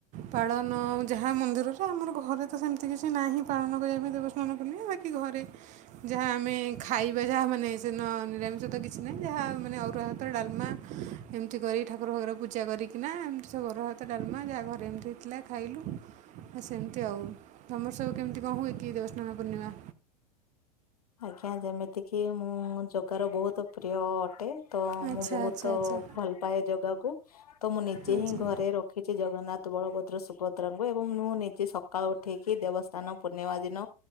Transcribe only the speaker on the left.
ଆଜ୍ଞା ଆଜ୍ଞା। ମେତେକି ମୁଁ ଜଗାର ବୋହୁତ୍ ପ୍ରିୟ ଅଟେ। ତ,
ମୁଁ ବହୁତ
ଭଲ ପାଏ ଜାଗାକୁ। ତ ମୁଁ ନିଜେ
ହିଁ ଘରେ ରଖିଛି। ଜଗନ୍ନାଥ, ବଳଭଦ୍ର, ସୁଭଦ୍ରାଙ୍କୁ ଏବଂ ମୁଁ ନିଜେ ସକାଳୁ ଉଠେଇ କି ଦେବସ୍ଥାନ ପୂର୍ଣ୍ଣିମା ଦିନ,